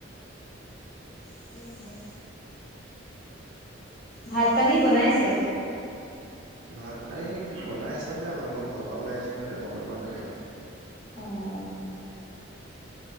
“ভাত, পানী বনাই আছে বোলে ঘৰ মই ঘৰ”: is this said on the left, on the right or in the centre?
Right